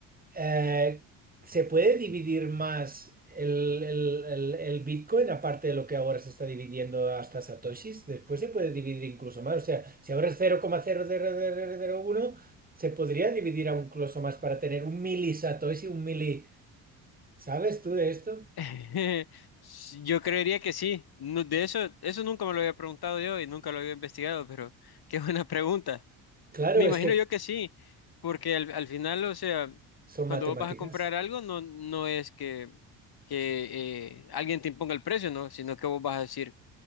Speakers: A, on the right; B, on the left.
A: eh, ¿se puede dividir más el, el- el- el Bitcoin, aparte de lo que ahora se está dividiendo hasta Satoshis? Después se puede dividir incluso más. O sea, si ahora es cero coma cero cero cero coma uno se podría dividir aún incluso más para tener un mili Satoshi, un mili. ¿Sabes tú de esto?
B: <laughs> Sí, Yo creería que sí. No, de eso, eso nunca me lo había preguntado yo y nunca lo había investigado, pero <laughs> qué buena pregunta.
A: Claro,
B: Me imagino
A: es que
B: yo que sí, porque al, al final, o sea,
A: son
B: cuando
A: matemáticas.
B: vos vas a comprar algo, no, no es que, que eh, alguien te imponga el precio, ¿no? Sino que vos vas a decir